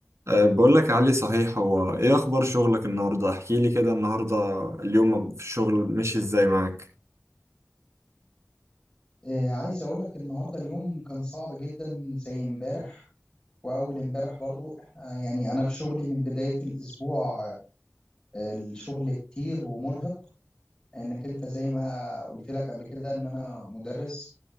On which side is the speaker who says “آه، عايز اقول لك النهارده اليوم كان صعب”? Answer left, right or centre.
Left